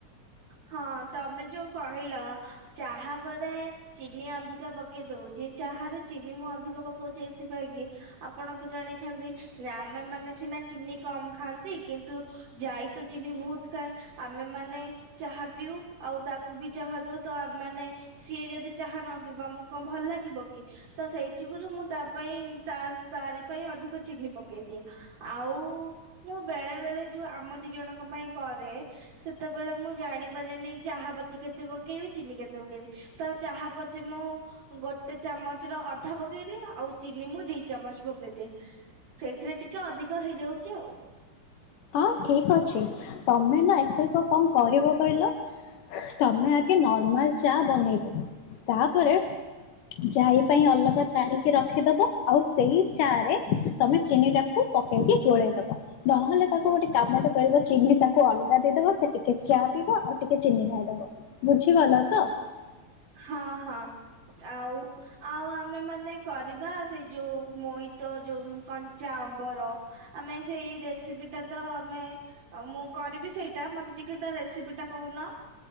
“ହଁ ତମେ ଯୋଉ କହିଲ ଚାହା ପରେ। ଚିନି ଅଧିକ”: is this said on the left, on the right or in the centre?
Right